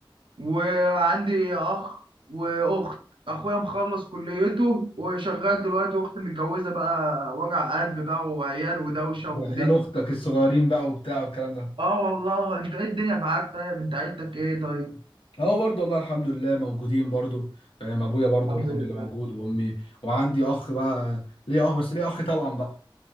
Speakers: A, on the right (about 70°); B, on the left (about 80°).
A: وعندي اخ واخت اخويا مخلص كليته وشغال دلوقتي واختي متجوزه بقى وجع قلب بقى وعيال ودوشه
B: وعيال
A: ودنيا
B: اختك الصغيرين بقى وبتاع والكلام ده
A: اه والله انت ايه الدنيا معاك طيب انت عيلتك ايه طيب
B: اه برضه والله الحمد لله موجودين برضه فاهم ابويا برضه
A: الحمد
B: الحمد
A: لله
B: لله موجود وامي وعندي اخ بقى ليه اه بس ليه اخ توأم بقى